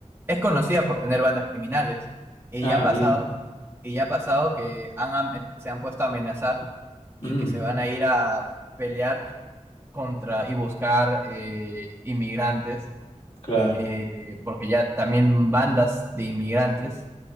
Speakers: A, on the right; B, on the left.
A: es conocida por tener bandas criminales. Y
B: Ah,
A: ya ha pasado,
B: bien.
A: y ya ha pasado que han amen- se han puesto a amenazar
B: Mm,
A: y que se van a ir a pelear contra y buscar eh, inmigrantes
B: claro.
A: eh, porque ya también bandas de inmigrantes,